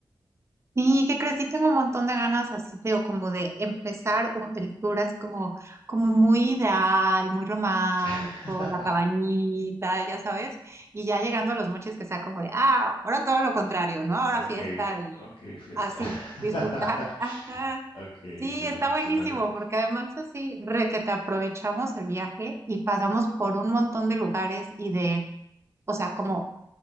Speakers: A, on the right; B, on the left.
A: Sí, ¿qué crees? Sí tengo un montón de ganas así, te digo, como de empezar un- el tour así como, como muy ideal, muy romántico,
B: <laughs>
A: la cabañita, ya sabes, y ya llegando a los mochis que sea como de, ah, ahora todo lo contrario, ¿no? Ahora
B: Ok,
A: fiesta y
B: ok, fiesta.
A: así,
B: <laughs>
A: disfrutar. <laughs> Ajá.
B: Ok,
A: Sí,
B: cena,
A: está buenísimo,
B: cena bien.
A: porque además así re que te aprovechamos el viaje y pasamos por un montón de lugares y de, o sea, como